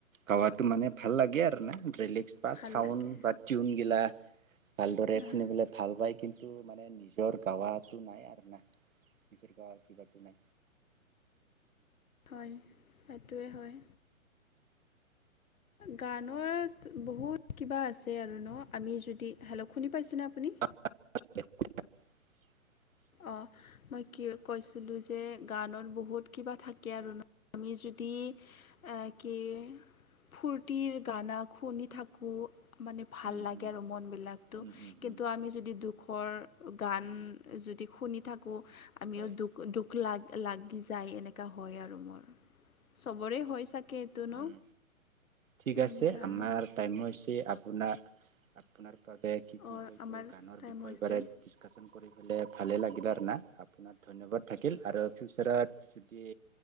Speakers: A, on the right; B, on the left.
A: গাৱাটো মানে ভাল লাগে আৰু না ৰেলিক্স বা
B: ভাল
A: চাউণ্ড
B: লাগে
A: বা টিউনগিলা। ভালদৰে
B: অঁ
A: শুনে পেলে ভাল পাই কিন্তু মানে নিজৰ গাৱাটো নাই আৰু না নিজৰ গাৱা কিবাটো নাই।
B: হয় সেইটোৱে হয়। গানত বহুত কিবা আছে আৰু ন আমি যদি হেলো শুনি পাইছেনে আপুনি।
A: <unintelligible>
B: অ মই কিয় কৈছিলোঁ যে গানত বহুত কিবা থাকে আৰু ন। আমি যদি আ কি ফূৰ্তিৰ গানা খুনি থাকো মানে ভাল
A: উম
B: লাগে
A: উম
B: আৰু মনবিলাকটো
A: উম উম
B: কিন্তু
A: উম
B: আমি যদি দুখৰ গান য দি শুনি থাকোঁ আমিও
A: হয়
B: দুখ দুখ লাগ লাগি যায় এনেক কা হয় আৰু মোৰ চবৰে হয় চাগে। ন
A: উম ঠিক
B: এনেকা
A: আছে আমাৰ।
B: আৰু
A: টাইম হৈছে আপোনাৰ আপোনাৰ বাবে কি কি
B: অঁ
A: <unintelligible>
B: আমাৰ টাইম হৈছে
A: <unintelligible> ভালে লাগি <unintelligible> ধন্যবাদ থাকিল আৰু ফিউচাৰত যদি